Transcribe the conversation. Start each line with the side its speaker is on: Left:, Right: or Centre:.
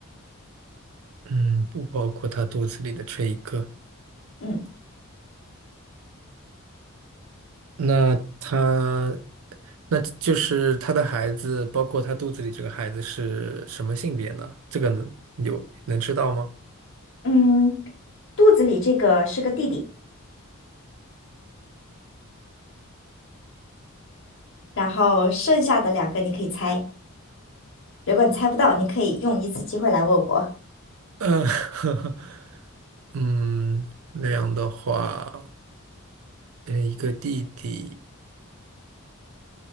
Right: 嗯，不包括她肚子里的这一个。
Left: 嗯。
Right: 那他，那就是他的孩子，包括他肚子里这个孩子是什么性别呢？这个能有能知道吗？
Left: 嗯，肚子里这个是个弟弟，然后剩下的两个你可以猜。如果你猜不到，你可以用一次机会来问我。
Right: 呃，<laughs> 嗯，那样的话，呃，一个弟弟，